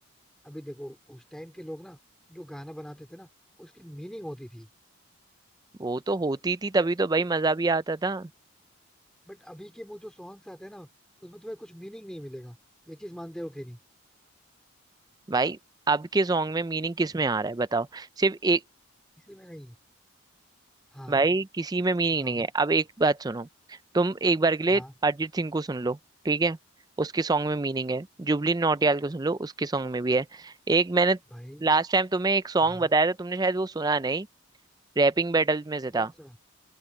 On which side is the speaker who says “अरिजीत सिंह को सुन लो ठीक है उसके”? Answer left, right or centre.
Right